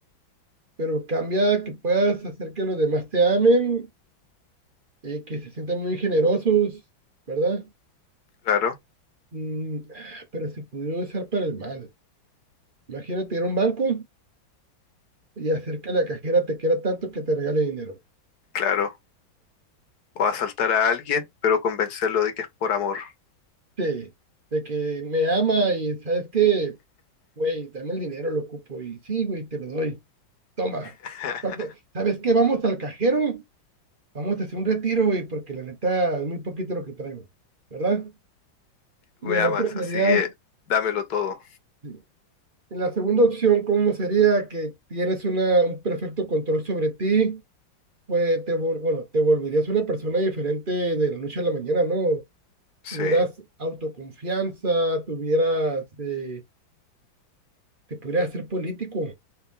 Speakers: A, on the right (about 35°); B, on the left (about 55°).
A: pero cambia que puedas hacer que los demás te amen, eh, que se sientan muy generosos, ¿verdad?
B: Claro,
A: Mm, pero si pudiera usar para el mal. Imagínate ir a un banco y hacer que la cajera te quiera tanto que te regale dinero.
B: claro. O asaltar a alguien, pero convencerlo de que es por amor.
A: Sí, de que me ama y sabes que, güey, dame el dinero, lo ocupo. Y sí, güey, te lo doy. Toma.
B: <laughs>
A: ¿Cuánto? ¿Sabes qué? Vamos al cajero, vamos a hacer un retiro, güey, porque la neta es muy poquito lo que traigo, ¿verdad?
B: Tú
A: Y
B: me
A: el
B: amas,
A: otro sería,
B: así que dámelo todo.
A: sí. la segunda opción, ¿cómo sería que tienes una, un perfecto control sobre ti? pues te, vol- bueno, te volverías una persona diferente de la noche a la mañana, ¿no?
B: Sí.
A: Tuvieras autoconfianza, tuvieras, eh, te pudieras ser político,